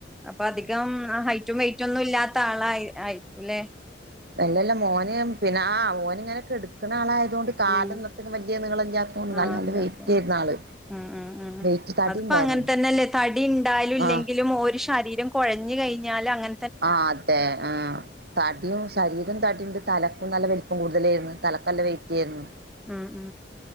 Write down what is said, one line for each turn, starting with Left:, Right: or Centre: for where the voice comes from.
Centre: അപ്പ അധികം ഹൈറ്റും വെയ്റ്റും ഒന്നും ഇല്ലാത്ത ആളായി ആയിരിക്കുലേ
Right: അല്ലല്ല മോന് പിന്നെ ആ ഓനിങ്ങനെ കെട്ക്ക്ണെ ആളായതൊ കൊണ്ട് കാല്നിർത്തിന്‌
Centre: ഉം
Right: വല്യ നിളല്ലാത്തൊണ്ട് ന്നാലുംനല്ല
Centre: ആഹ് ഇല്ലാത്തോണ്ട്
Right: വെയ്റ്റ് ഏര്ന്നു ആള്
Centre: ഉം ഉം ഉം
Right: വെയിറ്റ് തടി
Centre: അതിപ്പോ
Right: ഉണ്ടായിരുന്നു
Centre: അങ്ങനെ തന്നെല്ലേ ത ടി ണ്ടായാലും ഇല്ലെങ്കിലും
Right: ആ
Centre: ഓര് ശരീരം കൊഴഞ്ഞ് കഴിഞ്ഞാലങ്ങൻ
Right: ആ അതെ ആ തടിം ശരീരം തടിണ്ട് തലക്കും നല്ല വലിപ്പം കൂടുതലെര്ന്നു തലക്ക് നല്ല വെയിറ്റ് ഏരുന്നു
Centre: മ് മ്